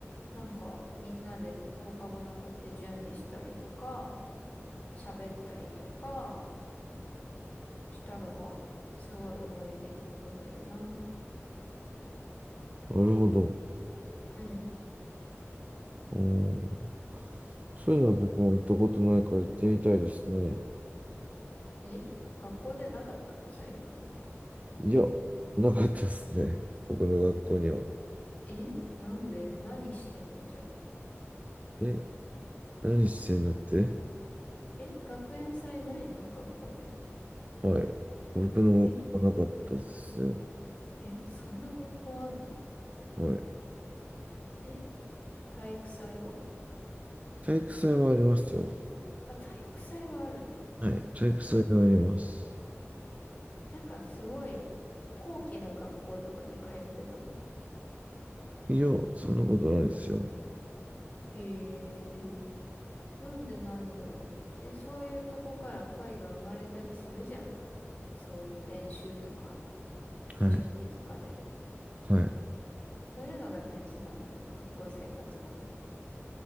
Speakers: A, on the left; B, on the right.
A: なんか、みんなで放課後残って準備したりとか、喋ったりとかしたのが、すごい思い出に残ってるな。
B: なるほど。
A: うん。
B: うん。そういうのは僕も行ったことないから行ってみたいですね。
A: え学校でなかったのそういうの。
B: いや、なかったっすね。<laughs> 僕の学校には。
A: えなんで何してんのじゃあ。
B: え、何してんだって
A: え学園祭ないの学校で。
B: はい。僕の学校はなかったですよ。
A: ええそんな学校あんの
B: はい。
A: え体育祭は
B: 体育祭はありますよ。
A: あ、体育祭はあるんだ。
B: はい。体育祭はあります。
A: えなんかすごい高貴な学校とかに通ってたの。
B: いや、そんなことないですよ。
A: へえ。なんでないんだろう。え、そういうとこから恋が生まれたりするじゃん。そういう練習とか、
B: はい。
A: 準備とかで。
B: はい。
A: そういうのが大事なんだよ、学校生活は。